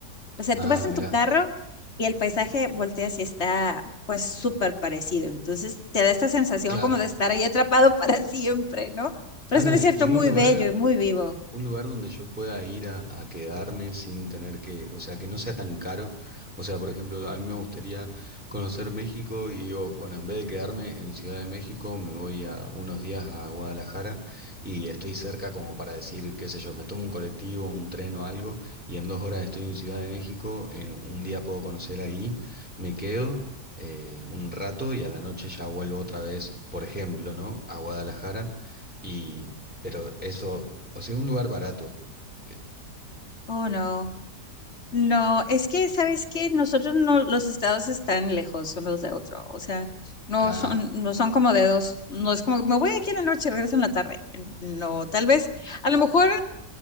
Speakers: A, on the left; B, in the centre.
A: o sea,
B: Ah,
A: tú vas en
B: mirá,
A: tu carro y el paisaje volteas y está pues súper parecido. Entonces te da esta sensación
B: claro.
A: como de estar ahí atrapado <laughs> para siempre, ¿no? Pero
B: Ana,
A: es un desierto
B: ¿y
A: muy
B: un lugar?
A: bello y muy vivo.
B: Un lugar donde yo pueda ir a, a quedarme sin tener que, o sea, que no sea tan caro. O sea, por ejemplo, a mí me gustaría conocer México y digo, bueno, en vez de quedarme en Ciudad de México, me voy a unos días a Guadalajara y estoy cerca como para decir, qué sé yo, me tomo un colectivo, un tren o algo y en dos horas estoy en Ciudad de México, en un día puedo conocer ahí, me quedo. eh, un rato y a la noche ya vuelvo otra vez, por ejemplo, ¿no? A Guadalajara y pero eso o sea, un lugar barato. Eh,
A: Oh, no. No, es que, ¿sabes qué? Nosotros no, los estados están lejos unos de otro, o sea, no
B: Ah,
A: son, no son como dedos, no es como, me voy aquí en la noche, y regreso en la tarde, no, tal vez, a lo mejor